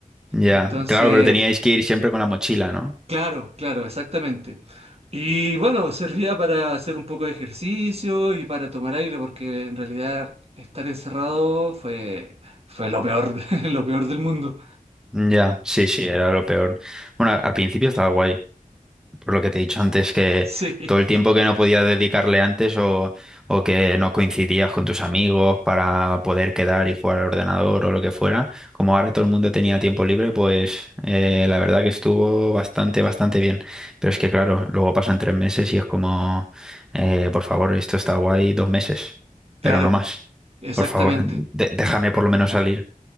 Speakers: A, in the centre; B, on the right.
A: ya.
B: Entonces,
A: Claro, pero teníais que ir siempre con la mochila, ¿no?
B: Claro, claro, exactamente. Y bueno, servía para hacer un poco de ejercicio y para tomar aire, porque en realidad estar encerrado fue, fue lo peor, <laughs> lo peor del mundo.
A: Ya, sí, sí, era lo peor. Bueno, al principio estaba guay. Por lo que te he dicho antes, que
B: Sí,
A: todo el tiempo que no podías dedicarle antes o, o que no coincidías con tus amigos para poder quedar y jugar al ordenador o lo que fuera, como ahora todo el mundo tenía tiempo libre, pues eh, la verdad que estuvo bastante, bastante bien. Pero es que claro, luego pasan tres meses y es como, eh, por favor, esto está guay dos meses,
B: claro,
A: pero no más.
B: exactamente.
A: Por favor, de- déjame por lo menos salir.